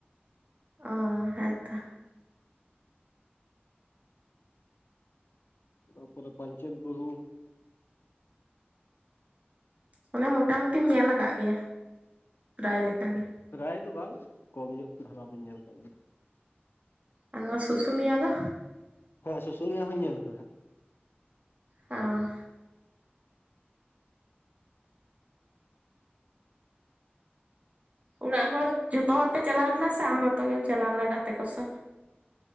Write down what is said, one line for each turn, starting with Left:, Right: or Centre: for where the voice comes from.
Right: ᱚ ᱦᱮᱸᱛᱚ
Left: ᱛᱟ ᱯᱚᱨᱮ ᱯᱟᱹᱧᱪᱮᱛ ᱵᱩᱨᱩ
Right: ᱚᱱᱮ ᱢᱚᱴᱟ ᱢᱩᱴᱤᱢ ᱧᱮᱞ ᱟᱠᱟᱫ ᱜᱮᱭᱟ ᱯᱮᱨᱟᱭ ᱞᱮᱠᱟ ᱜᱮ
Left: ᱯᱮᱨᱟᱭ ᱫᱚ ᱵᱟᱝ ᱠᱚᱢ ᱧᱚᱜ ᱫᱷᱟᱨᱟ ᱫᱚᱧ ᱧᱮᱞ ᱟᱠᱟᱜ ᱜᱮᱭᱟ
Right: ᱟᱨ ᱱᱚᱣᱟ ᱥᱩᱥᱩᱱᱤᱭᱟᱹ ᱫᱚ
Left: ᱦᱮᱸ ᱥᱩᱥᱩᱱᱤᱭᱟᱹ ᱦᱚᱸᱧ ᱧᱮᱞ ᱟᱠᱟᱫᱟ
Right: ᱚ ᱚᱲᱟᱜ ᱦᱚᱲ ᱡᱚᱛᱚ ᱦᱚᱲ ᱯᱮ ᱪᱟᱞᱟᱣ ᱞᱮᱱᱟ ᱥᱮ ᱟᱢ ᱢᱚᱛᱚ ᱜᱮᱢ ᱪᱟᱞᱟᱣ ᱞᱮᱱᱟ ᱜᱟᱛᱮ ᱠᱚ ᱥᱟᱶ